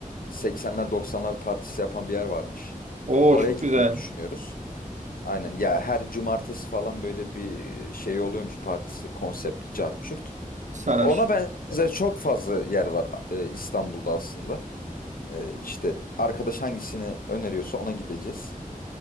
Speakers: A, on the left; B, on the right.
A: 80'ler 90'lar partisi yapan bir yer varmış.
B: Oo
A: Oraya
B: çok
A: gitmeyi
B: güzel.
A: düşünüyoruz. Aynen ya her cumartesi falan böyle bir e, şey oluyormuş partisi konsept cart curt.
B: Sarar.
A: Ona benzer çok fazla yer var e, İstanbul'da aslında. E, işte arkadaş hangisini öneriyorsa ona gideceğiz.